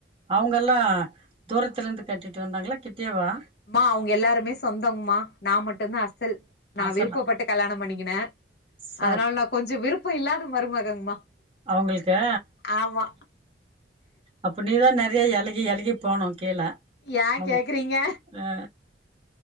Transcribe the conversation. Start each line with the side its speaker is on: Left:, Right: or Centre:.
Right: அவங்கல்லா தூரத்துல இருந்து கட்டிட்டு வந்தாங்களா கிட்டயேவா
Left: ம்மா அவுங்க எல்லாருமே சொந்தங்மா நா மட்டுதா அசல் நா
Right: ஆசலா
Left: விருப்பப்பட்டு கல்யாண பண்ணிக்கின
Right: சரி
Left: அதனால நா கொஞ்சோ விருப்போ இல்லாத மருமகங்மா
Right: அவங்கள்க்கு
Left: ஆமா
Right: அப்ப நீ தா நி றைய எழகி எழகி போணு கீழ
Left: ஏன்
Right: அவங்க
Left: கேக்றீங்க
Right: அ